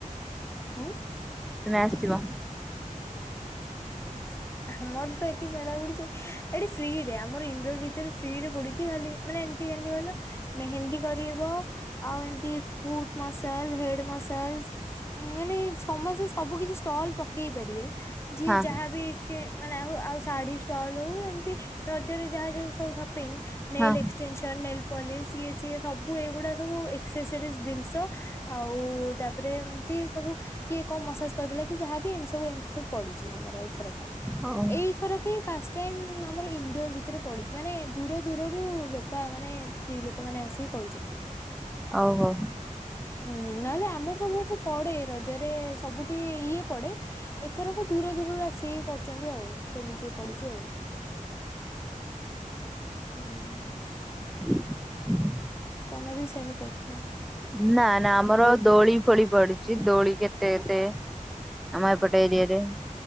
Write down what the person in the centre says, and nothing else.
ତୁମେ ଆସିବ।
ହଁ
ହଁ
ହଉ
ଆଉ ହଉ।
ଫାଙ୍କା ଅଡିଓ
ନା ନା ଆମର ଦୋଳି ଫୋଳି ପଡିଚି। ଦୋଳି କେତେ କେତେ ଆମ ଏପଟ ଏରିଆରେ